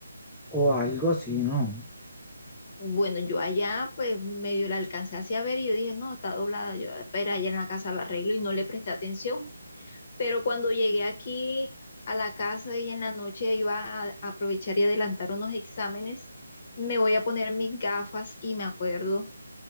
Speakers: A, in the centre; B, on the left.
A: o algo así? No.
B: Bueno, yo allá pues medio la alcancé hacia ver y yo dije, no, está doblada, yo espera, allá en la casa lo arreglo y no le presté atención. pero cuando llegué aquí a la casa y en la noche iba a, a aprovechar y adelantar unos exámenes, me voy a poner mis gafas y me acuerdo